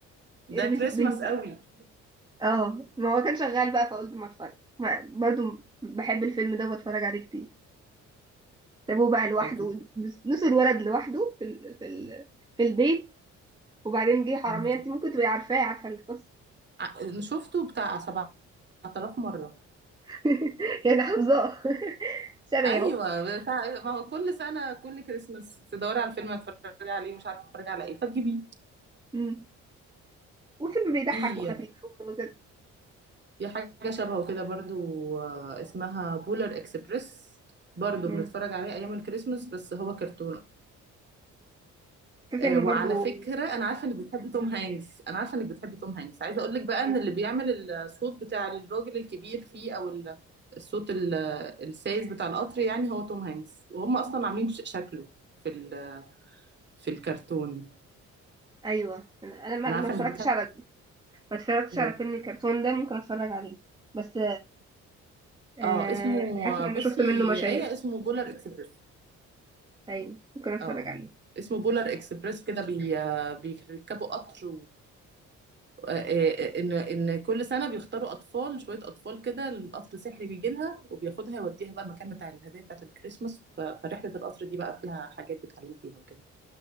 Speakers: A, on the right; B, on the right.
A: ده
B: إيه بيس-
A: كريسماس
B: بينزل
A: قوي
B: اه ما هو كان شغال بقى فقلت ما اتفرج ما برضو بحب الفيلم ده وبتفرج عليه كتير سابوه بقى لوحده
A: فظيع.
B: نسوا الولد لوحده في ال... في ال... في البيت وبعدين جه حرامية
A: مم.
B: انت ممكن تبقي عارفاه عارفة القصة
A: ع- شفته بتاع 7000 مرة
B: <laughs> يعني حافظاه <laughs> شبهي
A: ايوه
B: اهو
A: بتاع ما هو كل سنة كل كريسماس تدوري على الفيلم هتتفرجي عليه مش عارفة تتفرجي على ايه فتجيبيه
B: مم. وفيلم بيضحك
A: في
B: وخفيف وكده
A: في حاجة شبهه كده برضو آه، اسمها بولر اكسبريس برضو
B: مم.
A: بنتفرج عليه ايام الكريسماس بس هو كرتون
B: في فيلم
A: آه، وعلى
B: برضو
A: فكرة أنا عارفة إنك بتحبي توم هانكس أنا عارفة إنك بتحبي توم هانكس عايزة أقول لك بقى
B: ايوه
A: إن اللي بيعمل الصوت بتاع الراجل الكبير فيه أو ال- الصوت ال- السايس بتاع القطر يعني هو توم هانكس وهم أصلا عاملين ش- شكله في ال- في الكرتون
B: ايوه انا أنا ما
A: أنا عارفة
B: ما اتفرجتش
A: إنك بتحبي
B: على ما اتفرجتش
A: ده
B: على فيلم الكرتون ده ممكن اتفرج عليه بس آه...
A: أه اسمه آه،
B: حاسه ان انا
A: بصي
B: شفت منه مشاهد
A: يا آية اسمه بولار إكسبريس
B: ايوه ممكن اتفرج
A: أه
B: عليه
A: اسمه بولار إكسبريس كده بي آه، بيركبوا قطر آه، آه، آه، ان ان كل سنه بيختاروا اطفال شويه اطفال كده القطر السحري بيجي لها وبياخدها يوديها بقى المكان بتاع الهدايا بتاعه الكريسماس ف- فرحله القطر دي بقى فيها حاجات بيتعلموا فيها وكده